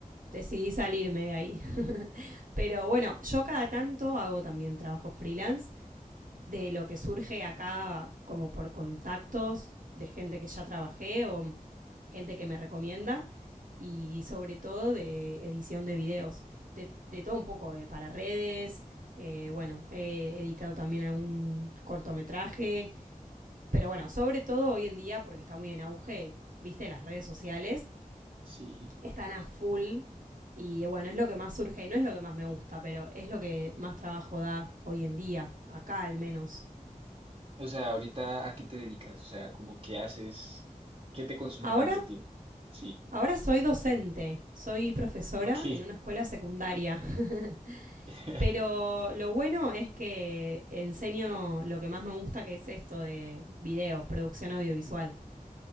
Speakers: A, on the right; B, on the right.
A: decidí salirme de ahí. Pero bueno, yo cada tanto hago también trabajo freelance de lo que surge acá como por contactos de gente que ya trabajé o gente que me recomienda y sobre todo de edición de videos, de, de todo un poco, de para redes, eh, bueno, he editado también algún cortometraje, pero bueno, sobre todo hoy en día, porque está muy en auge, viste, las redes sociales
B: sí.
A: están a full y bueno, es lo que más surge y no es lo que más me gusta, pero es lo que más trabajo da hoy en día, acá al menos.
B: O sea, ahorita, ¿a qué te dedicas? O sea, como qué haces, qué te consume
A: Ahora
B: tanto tiempo. Sí,
A: Ahora soy docente, soy profesora
B: ok.
A: en una escuela secundaria, <laughs>
B: <laughs>
A: pero lo bueno es que enseño lo que más me gusta, que es esto de videos, producción audiovisual.